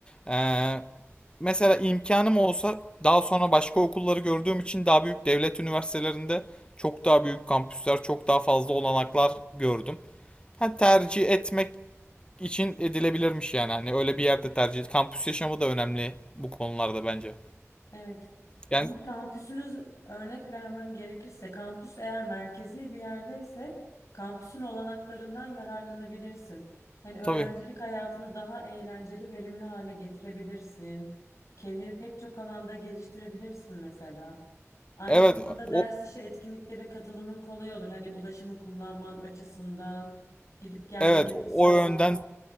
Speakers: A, on the left; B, on the left.
A: E, mesela imkanım olsa daha sonra başka okulları gördüğüm için daha büyük devlet üniversitelerinde çok daha büyük kampüsler, çok daha fazla olanaklar gördüm. Ha, tercih etmek için edilebilirmiş yani. Hani öyle bir yerde tercih. Kampüs yaşamı da önemli bu konularda bence.
B: Evet.
A: Yani
B: Ama kampüsünüz örnek vermem gerekirse kampüs eğer merkezi bir yerdeyse kampüsün olanaklarından yararlanabilirsin. Hani öğrencilik
A: tabii.
B: hayatını daha eğlenceli, verimli hale getirebilirsin. Kendini pek çok alanda geliştirebilirsin mesela. Aynı
A: Evet
B: zamanda
A: o
B: ders dışı etkinliklere katılımın kolay olur. Hani ulaşımı kullanman açısından, gidip gelmen
A: evet
B: açısından.
A: o yönden